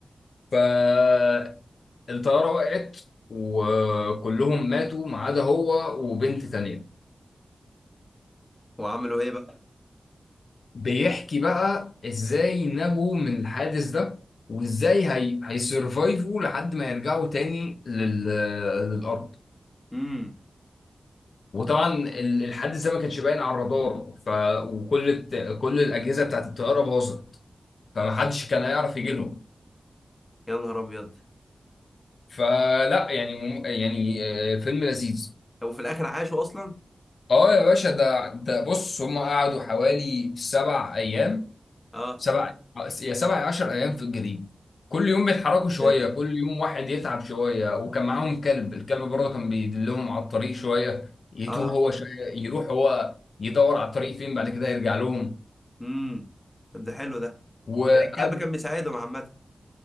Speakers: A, on the left (about 75°); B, on the left (about 20°).
A: فالطياره وقعت وكلهم ماتوا ما عدا هو وبنت تانيه
B: وعملوا ايه بقى
A: بيحكي بقى ازاي نجوا من الحادث ده وازاي هي... هيسرفايفوا لحد ما يرجعوا تاني لل... للارض
B: امم
A: وطبعا ال- الحادث ده ما كانش باين على الرادار ف... وكل الت... كل الاجهزه بتاعت الطياره باظت فما حدش كان هيعرف يجي لهم
B: يا نهار ابيض
A: فلا يعني مم... يعني آه، فيلم لذيذ
B: هو في الاخر عاشوا اصلا
A: اه يا باشا ده ده بص هم قعدوا حوالي سبع ايام
B: اه
A: سبع يا سبع يا 10 ايام في الجليد كل يوم بيتحركوا
B: يا
A: شويه
B: ساتر
A: كل يوم واحد يتعب شويه وكان معاهم كلب الكلب برضه كان بيدلهم على الطريق شويه يتوه
B: اه
A: هو شويه يروح هو يدور على الطريق فين بعد كده يرجع لهم
B: امم طب ده حلو ده
A: وقبل
B: يعني الكلب كان بيساعدهم عامة